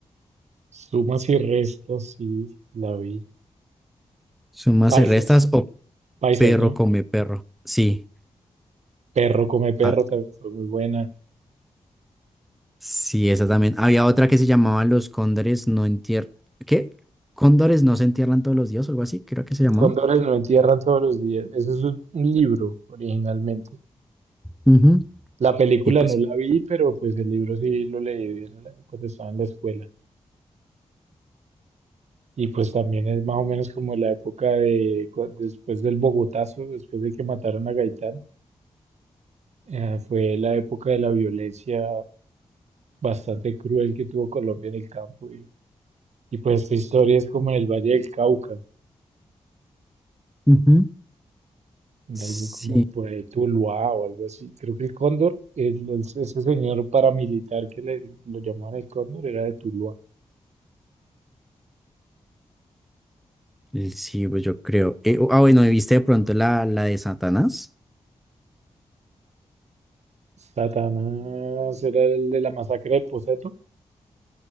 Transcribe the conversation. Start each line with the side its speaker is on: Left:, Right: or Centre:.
Right: Sumas y restas, sí, la vi.
Centre: Sumas
Right: Paisas,
Centre: y Restas o
Right: paisas,
Centre: Perro
Right: ¿no?
Centre: come perro, sí.
Right: Perro come perro
Centre: ah,
Right: también fue muy buena.
Centre: Sí, esa también. Había otra que se llamaba Los Cóndores no entierran. ¿Qué? ¿Cóndores no se entierran todos los días o algo así? Creo que se llamaba.
Right: Cóndores no entierran todos los días. Eso es un un libro originalmente.
Centre: Ujú.
Right: La película
Centre: Y pues,
Right: no la vi, pero pues el libro sí lo leí en la- cuando estaba en la escuela. Y pues también es más o menos como la época de cu- después del Bogotazo, después de que mataron a Gaitán. eh, fue la época de la violencia bastante cruel que tuvo Colombia en el campo. Y, y pues esta historia es como en el Valle del Cauca.
Centre: ujú,
Right: en
Centre: Sí.
Right: algo como por ahí Tuluá o algo así. Creo que el Cóndor, el- el- ese señor paramilitar que le, lo llamaban el Cóndor, era de Tuluá.
Centre: el- Sí, pues yo creo. Eh, ah, bueno, ¿y ¿viste de pronto la, la de Satanás?
Right: Satanás era el de la masacre de Poseto.